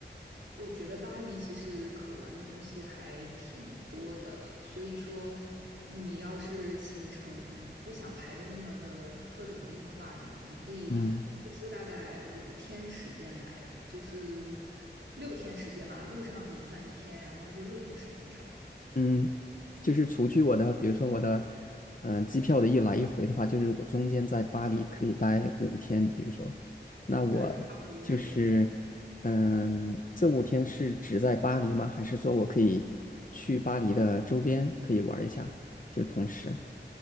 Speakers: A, on the right (about 80°); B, on the left (about 45°).
A: 我觉得巴黎其实可玩的东西还挺多的，所以说你要是行程不想排的那么的特种兵的话，你可以抽
B: 嗯
A: 出大概五天时间来，就是六天时间嘛，路上你算一天，然后那就六天时间差不多。
B: 嗯，就是除去我的，比如说我的，呃，机票的一来一回的话，就是我中间在巴黎可以待五天，比如说，那我就是，
A: 对，差不多是这样。
B: 嗯，这五天是只在巴黎吗？还是说我可以去巴黎的周边可以玩一下，就同时，